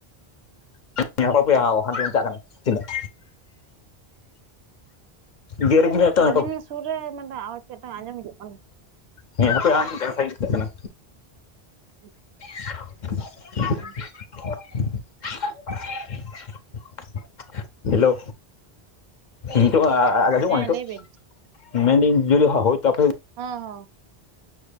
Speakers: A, on the left; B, on the right.
A: ᱦᱮᱞᱚ ᱦᱟᱯᱮ ᱦᱟᱞᱚᱭ ᱚᱱᱛᱮ ᱞᱤᱧ ᱪᱟᱞᱟᱜ ᱠᱟᱱᱟ ᱛᱤᱱᱟᱹᱜ ᱜᱮᱨ ᱜᱮᱭᱟ ᱛᱚ
B: ᱟᱹᱵᱤᱱ
A: ᱱᱚᱝᱠᱟ
B: ᱥᱩᱨ ᱨᱮ ᱢᱤᱫᱴᱟᱝ ᱟᱣᱟᱡᱽ ᱢᱤᱫᱴᱟᱝ ᱟᱸᱡᱚᱢ ᱦᱤᱡᱩᱜ ᱠᱟᱱᱟ
A: ᱦᱮᱸᱯᱮ ᱟᱜ ᱚᱱᱛᱮ ᱞᱤᱧ ᱪᱟᱞᱟᱜ ᱠᱟᱱᱟ
B: ᱦᱮᱸ
A: <inaudible>
B: ᱦᱩᱸ
A: <inaudible> ᱦᱮᱞᱳ ᱱᱤᱛᱚᱜ ᱟᱼᱟ ᱟᱸᱡᱚᱢᱚᱜ
B: ᱦᱮᱸ
A: ᱱᱤᱛᱚᱜ
B: ᱞᱟᱹᱭ ᱵᱤᱱ
A: ᱢᱮᱱᱫᱟᱹᱧ ᱡᱩᱫᱤ ᱦᱳᱭ ᱛᱚ ᱟᱯᱮ ᱥᱮᱫ
B: ᱦᱚᱸ ᱦᱚᱸ